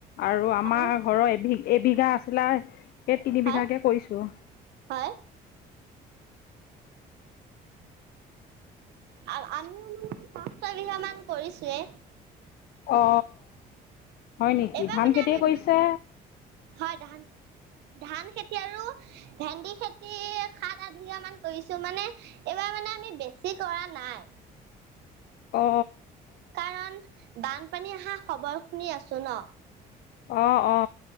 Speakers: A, on the left; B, on the right.
A: আৰু আমাৰ
B: হয়
A: ঘৰৰ এবি এবিঘা আছিলে এই তিন
B: হয়
A: বিঘাকে কৰিছোঁ।
B: হয়। আও আমিও মানে পাঁচ ছয়বিঘা মান কৰিছোয়ে।
A: অ হয় নেকি?
B: এইবাৰ
A: ধান
B: মানে
A: খেতিয়ে
B: আমি
A: কৰিছে?
B: হয় ধান, ধান খেতি আৰু ভেন্দি খেতি সাত আঠ বিঘা মান কৰিছো মানে এইবাৰ মানে আমি বেছি কৰা নাই।
A: অ।
B: কাৰণ বানপানী আহা খবৰ শুনি আছো ন,
A: অ অ